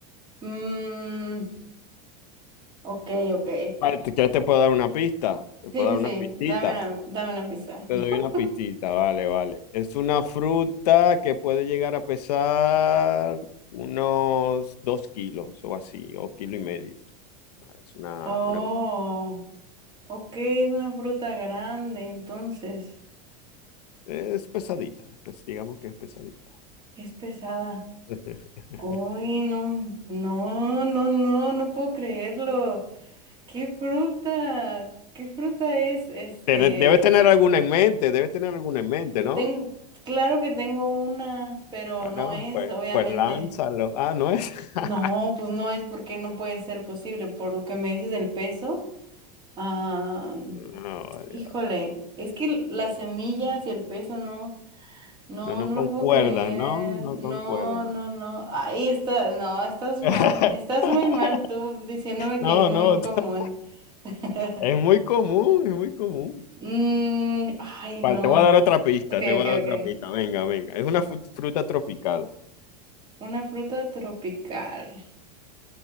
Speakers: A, on the right (about 25°); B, on the left (about 80°).
A: Mm, ok, ok.
B: Vale, ¿te quieres te puedo dar una pista? Te
A: Sí,
B: puedo
A: sí,
B: dar
A: sí,
B: una pistita.
A: dame una, dame una pista.
B: Te
A: <laughs>
B: doy una pistita, vale, vale. Es una fruta que puede llegar a pesar unos dos kilos o así, o kilo y medio. Es una,
A: Oh.
B: una-
A: Ok, es una fruta grande, entonces
B: es pesadita, es pes- digamos que es pesadita.
A: es pesada.
B: <laughs>
A: Uy, no, no, no, no, no puedo creerlo. ¿Qué fruta? ¿Qué fruta es? Este,
B: Tene- Debes tener alguna en mente, debes tener alguna en mente, ¿no?
A: ten- claro que tengo una, pero
B: Bueno,
A: no es,
B: pues,
A: obviamente.
B: pues lánzalo. Ah, no es. <laughs>
A: No, pues no es porque no puede ser posible. Por lo que me dices del peso, ah,
B: No, vale,
A: híjole,
B: vale.
A: es que las semillas y el peso no. No,
B: No, no
A: no
B: concuerdan,
A: lo puedo creer.
B: ¿no? No
A: No,
B: concuerdan.
A: no, no. Ahí está, no, estás mal.
B: <laughs>
A: Estás muy mal tú diciéndome que
B: No,
A: es muy
B: no.
A: común.
B: <laughs>
A: <laughs>
B: Es muy común, es muy común.
A: Mm, ay, no.
B: Vale, te voy a dar otra pista,
A: Ok,
B: te voy
A: ok,
B: a dar
A: ok.
B: otra pista. Venga, venga. Es una fu- fruta tropical.
A: Una fruta tropical.